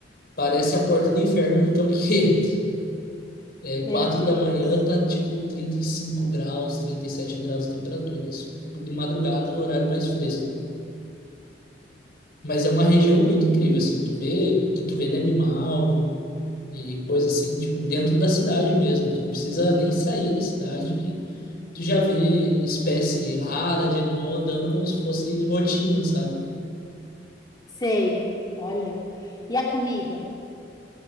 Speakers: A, on the left; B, on the left.
A: parece a porta do inferno, então que <laughs> é,
B: Meu
A: 4
B: Deus,
A: da manhã tá tipo 35 graus, 37 graus de temperatura, isso tipo, de madrugada no horário mais fresco. Mas é uma região muito incrível, assim, tu vê que tu vê de animal, E coisa assim, tipo, dentro da cidade mesmo. Tu não precisa nem sair da cidade que tu já vê espécie rara de animal andando como se fosse rotina, sabe?
B: sei, olha. E a comida?